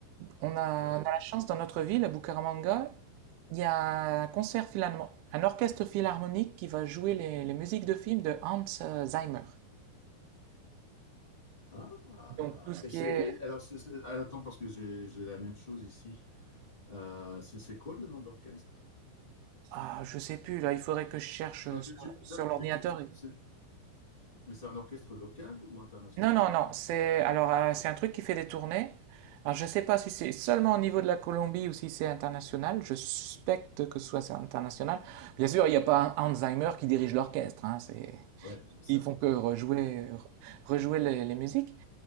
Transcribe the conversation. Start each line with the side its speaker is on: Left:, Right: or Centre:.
Right: On a,
Left: Oui.
Right: on a la chance dans notre ville, à Bucaramanga, il y a un concert finalement, un orchestre philharmonique qui va jouer les, les musiques de films de Hans euh, Zimmer.
Left: Ah!
Right: Donc tout ce
Left: Et
Right: qui
Left: c'est,
Right: est,
Left: alors, c'est- c'est- attends, parce que j'ai j'ai la même chose ici. Euh, c'est c'est quoi le nom de l'orchestre?
Right: ah, je sais plus là, il faudrait que je cherche euh,
Left: Enfin,
Right: sur,
Left: tu- tu-
Right: sur
Left: là,
Right: l'ordinateur.
Left: mais tu- c'est mais c'est un orchestre local ou international?
Right: Non, non, non, c'est alors euh, c'est un truc qui fait des tournées. Alors je sais pas si c'est seulement au niveau de la Colombie ou si c'est international. Je suspecte que ce soit international. Bien sûr, il n'y a pas un Alzheimer qui dirige l'orchestre. Hein, c'est
Left: Ouais, ça.
Right: ils font que rejouer re- rejouer les, les musiques.